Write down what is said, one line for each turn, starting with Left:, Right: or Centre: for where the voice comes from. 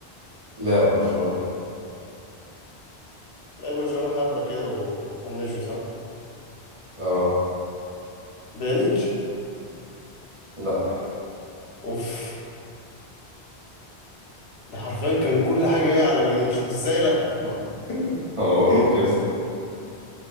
Right: لاعب برشلونة
Left: لعب برشلونة حبة كده و... ومشي صح
Right: اه
Left: بيانيتش
Right: لا
Left: اوف ده حرفيا كان كل حاجة جاية على بيانيتش وازاي لأ
Right: <laughs> هو
Left: <laughs>
Right: أوروبي يا اسطى